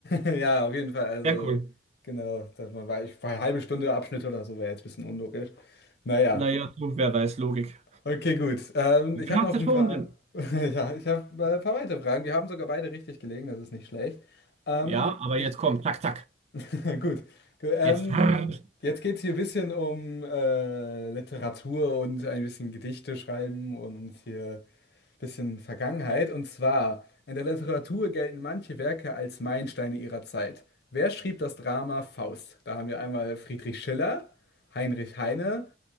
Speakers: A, on the left; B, on the right.
A: Ja, auf jeden Fall. Also,
B: Sehr cool.
A: genau, dass man, weil ich, weil halbe Stunde Abschnitte oder so wäre jetzt ein bisschen unlogisch. Naja.
B: Naja, so, wer weiß, Logik.
A: Okay, gut. Ähm,
B: Wir
A: ich habe
B: haben
A: noch
B: es erfunden.
A: ein paar, <laughs> ja, ich habe äh, ein paar weitere Fragen. Wir haben sogar beide richtig gelegen, das ist nicht schlecht. Ähm,
B: Ja, aber
A: ich,
B: jetzt komm, zack, zack.
A: <laughs> gut. Gu- Ähm,
B: Jetzt. <laughs>
A: jetzt geht es hier ein bisschen um äh, Literatur und ein bisschen Gedichte schreiben und hier ein bisschen Vergangenheit. Und zwar, in der Literatur gelten manche Werke als Meilensteine ihrer Zeit. Wer schrieb das Drama Faust? Da haben wir einmal Friedrich Schiller, Heinrich Heine,